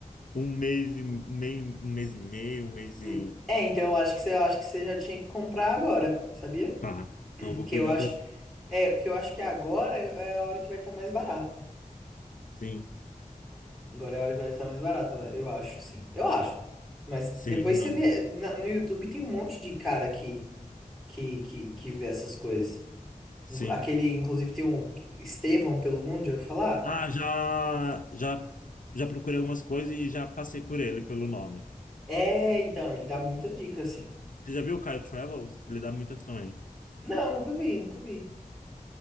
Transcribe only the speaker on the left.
um mês e um meio, um mês e meio, um mês
e
tá.
Então eu vou cuidar
para
sim.
Sim,
não.
Sim.
Ah, já, já, já procurei algumas coisas e já passei por ele, pelo nome.
Você já viu o Caio Travels? Ele dá muitas também.